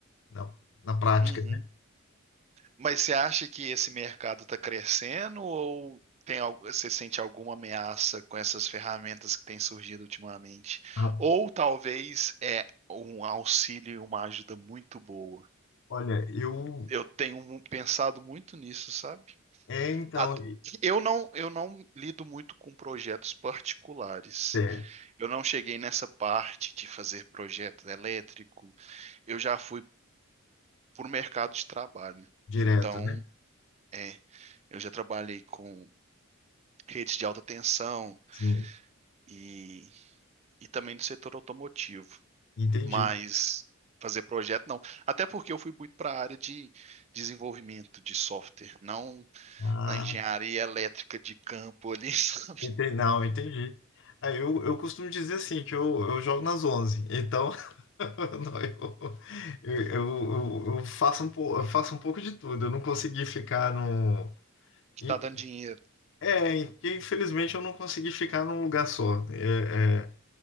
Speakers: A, on the left; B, on the right.
A: na, na prática,
B: Uhum,
A: né?
B: Mas você acha que esse mercado está crescendo ou tem, al- você sente alguma ameaça com essas ferramentas que têm surgido ultimamente?
A: Ah,
B: Ou talvez é um auxílio e uma ajuda muito boa.
A: Olha, eu.
B: Eu tenho mu- pensado muito nisso, sabe?
A: É, então,
B: At- Eu não, eu não lido muito com projetos particulares.
A: é,
B: Eu não cheguei nessa parte de fazer projeto elétrico. Eu já fui para o mercado de trabalho.
A: direto,
B: Então,
A: né?
B: é, eu já trabalhei com redes de alta tensão
A: Sim,
B: e, e também do setor automotivo.
A: entendi.
B: Mas fazer projeto, não. Até porque eu fui muito para a área de desenvolvimento de software, não
A: Ah,
B: na engenharia elétrica de campo ali, <laughs> sabe?
A: Entendi. Não, entendi. Aí eu, eu costumo dizer assim, que eu, eu jogo nas onze Então, <laughs> não, eu, eu, eu, eu faço um, po- eu faço um pouco de tudo. Eu não consegui ficar no...
B: Que
A: e-
B: tá dando dinheiro.
A: É, que infelizmente eu não consegui ficar num lugar só. É, é,